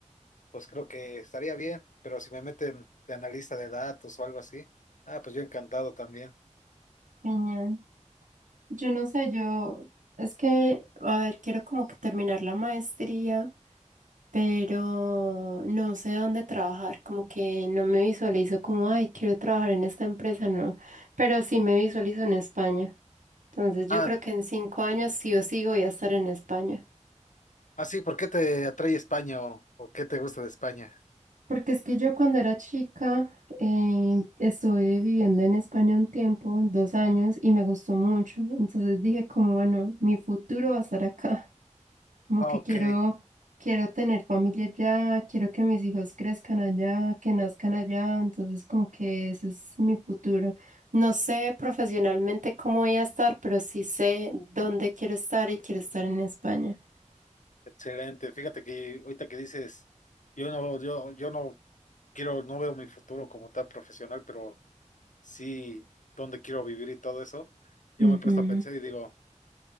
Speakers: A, on the left (about 75°); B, on the right (about 85°).
A: pues creo que estaría bien. Pero si me meten de analista de datos o algo así, ah, pues yo encantado también.
B: Genial. Yo no sé, yo es que, a ver, quiero como que terminar la maestría, pero no sé dónde trabajar, como que no me visualizo como, ay, quiero trabajar en esta empresa, no, pero sí me visualizo en España. Entonces yo
A: Ah,
B: creo que en cinco años sí o sí voy a estar en España.
A: ah, sí, ¿por qué te atrae España o, o qué te gusta de España?
B: Porque es que yo cuando era chica eh, estuve viviendo en España un tiempo, dos años, y me gustó mucho. Entonces dije como, bueno, mi futuro va a estar acá. Como
A: Ah,
B: que
A: ok,
B: quiero, quiero tener familia allá quiero que mis hijos crezcan allá, que nazcan allá, entonces como que ese es mi futuro. No sé profesionalmente cómo voy a estar, pero sí sé dónde quiero estar y quiero estar en España.
A: excelente. Fíjate que ahorita que dices, yo no, yo, yo no quiero, no veo mi futuro como tan profesional, pero sí, dónde quiero vivir y todo eso, yo
B: Ujú,
A: me he puesto a pensar y digo,